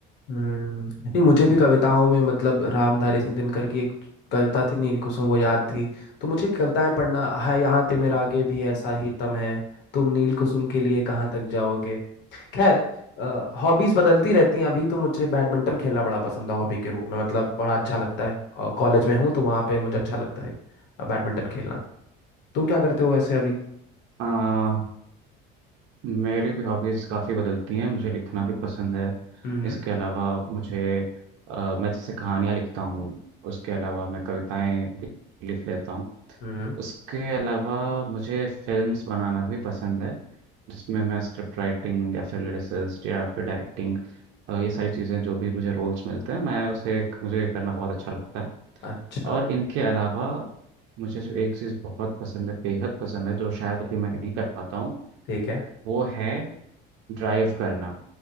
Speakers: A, on the left; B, on the right.
A: हम्म नहीं मुझे भी कविताओं में मतलब रामधारी सिंह दिनकर की एक कविता थी नीलकुसुम वो याद थी तो मुझे कविताएं पढ़ना है यहाँ ते मेरा आगे भी ऐसा ही तम है तुम नीलकुसुम के लिए कहाँ तक जाओगे खैर हॉबीज बदलती रहती हैं अभी तो मुझे बैडमिंटन खेलना बड़ा पसंद है हॉबी के रूप में मतलब बड़ा अच्छा लगता है और कॉलेज में हूँ तो वहाँ पे मुझे अच्छा लगता है अ, बैडमिंटन खेलना तुम क्या करते हो वैसे अभी
B: आ, मेरी भी हॉबीज़ काफ़ी बदलती हैं मुझे लिखना भी पसंद है
A: हम्म
B: इसके अलावा मुझे आ, मैं जैसे कहानियाँ लिखता हूँ उसके अलावा मैं कविताएं भी लिख लेता हूँ
A: हम्म
B: उसके अलावा मुझे फिल्म्स बनाना भी पसंद है जिसमें मैं स्क्रिप्ट राइटिंग या फिर लिरिसिस्ट या फिर डायरेक्टिंग ये सारी चीज़ें जो भी मुझे रोल्स मिलते हैं मैं उसे मुझे करना बहुत अच्छा लगता है
A: अच्छा
B: और इनके अलावा मुझे जो एक चीज़ बहुत पसंद है बेहद पसंद है जो शायद अभी मैं नहीं कर पाता हूँ
A: ठीक है
B: वो है ड्राइव करना